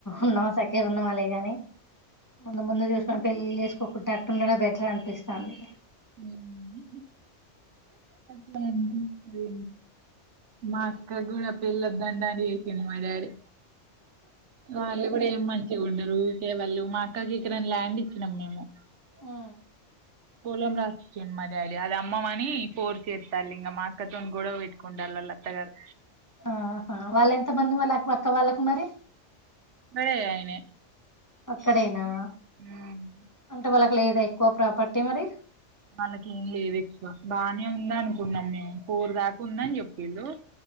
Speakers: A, on the left (about 15°); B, on the right (about 75°).
A: ఉన్నా సక్కేగా ఉన్నాం అళ్లె గాని ముందు ముందు చూసు పెళ్ళిలు చేసుకు ఇప్పుడు అట్లుండడమే బెటర్ అనిపిస్తుంది
B: హ్మ్మ్ అట్లన అండి మాస్కా గుడా పిల్ల లండన్ చేసిండు మా డాడీ వాళ్ళు కూడా ఏం మంచి గా వుండరు లె వాళ్ళు మా అక్కకి ఇక్కడ ల్యాండ్ ఇచ్చినాం మేము
A: ఆ
B: పొలం రాసిం మా డాడీ అది అమ్మమని పోర్ చేస్తారు ఇంకా మా అక్కతోని గొడవ పెట్టుకుంటళ్ళ వాళ్ళతగారు
A: ఆహా వాళ్ళ ఎంత మంది వాళ్ళ అక్క వాళ్ళకి మరి
B: వేరైనాయి
A: అక్కడేనా
B: హ్మ్మ్
A: అంటే వాళ్ళకి లేదా ఎక్కువ ప్రాపర్టీ మరి
B: వాళ్ళకేం లేదు ఎక్కువ బాగానే ఉంద అనుకున్నాం మేము ఫోర్ దాకా ఉంద అని చెప్పింరు